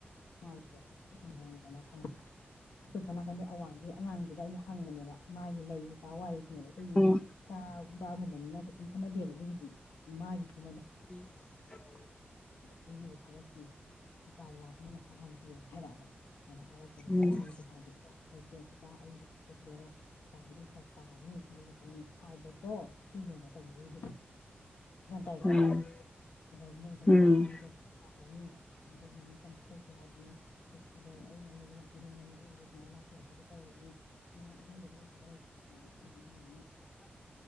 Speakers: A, on the left (about 80°); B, on the left (about 25°).
A: ꯅꯨꯡꯉꯥꯏꯇ꯭ꯔꯦꯕ ꯑꯩꯪꯉꯝꯅ ꯈꯪꯕ ꯑꯩꯈꯣꯏ ꯁꯣꯝ ꯅꯥꯀꯟꯗꯩ ꯑꯋꯥꯡꯁꯤ ꯑꯉꯥꯡꯁꯤꯗ ꯑꯩꯅ ꯍꯪꯕꯅꯦꯕ ꯃꯥꯒꯤ ꯂꯩꯁꯤ ꯆꯋꯥꯏ ꯑꯈꯣꯏꯒꯤ
B: ꯎꯝ
A: ꯏꯆꯥ ꯏꯄꯥꯒꯨꯝꯕꯅꯤꯅ ꯀꯩꯁꯨꯨꯝ ꯈꯟꯅꯗꯦꯕ ꯑꯗꯨꯒꯤꯗꯤ ꯃꯥꯒꯤ ꯀꯩꯅꯣꯗ
B: <inaudible>
A: ꯄꯤꯌꯨ ꯊꯕꯛꯀꯤ ꯂꯨꯄꯥ ꯂꯥꯛ ꯑꯃ ꯃꯈꯥꯏ ꯍꯟꯅꯥ ꯄꯤꯌꯨꯅ ꯍꯥꯏꯔꯛꯑꯕ ꯑꯗ ꯍꯥꯏꯔꯛꯄꯗꯨꯗ
B: ꯎꯝ
A: ꯃꯥꯒꯤ ꯄꯩꯁꯥꯗꯤ ꯂꯩꯇꯦ ꯀꯥ ꯑꯩꯗꯣ ꯄꯤꯊꯣꯛꯈꯤꯗꯣꯔꯦ ꯗꯨꯀꯟꯗꯤ ꯐꯔꯛ ꯇꯥꯔꯅꯤ ꯌꯨꯝꯖꯥꯀꯩꯁꯥ ꯅꯨꯃꯤꯠ ꯍꯥꯏꯕꯗꯣ ꯁꯤꯅꯦꯕꯥ ꯇꯧꯅꯔꯤꯁꯦ ꯒ꯭ꯌꯥꯟ ꯇꯥꯏꯌꯦꯀꯣ
B: ꯎꯝ
A: ꯑꯗ ꯌꯨꯝꯖꯥꯀꯩꯁꯥ
B: ꯎꯝ
A: ꯅꯨꯃꯤꯠ ꯍꯥꯏꯕꯗꯣ ꯐꯔꯛ ꯇꯥ ꯐꯔꯅꯤ ꯑꯗꯣ ꯅꯪ ꯀꯃꯥꯏ ꯇꯧꯁꯦ ꯍꯥꯏꯕꯅꯣ ꯄꯩꯁꯥꯗꯣ ꯑꯩꯉꯣꯟꯗꯗꯤ ꯌꯥꯝ ꯄꯤꯅꯤꯡꯕꯅꯤ ꯑꯩꯒꯤꯗꯨ ꯁꯨꯃꯥꯏꯅ ꯂꯥꯛꯁꯟꯂꯛꯄꯗꯩ ꯇꯧꯔꯤꯅꯤ ꯑꯩ ꯅꯪ ꯑꯍꯦꯟꯕꯗ ꯂꯩꯇꯕ ꯂꯩꯇꯕꯅꯦ ꯑꯗꯣ ꯑꯈꯣꯢꯃꯅꯥ ꯍꯥꯏꯁꯤꯅ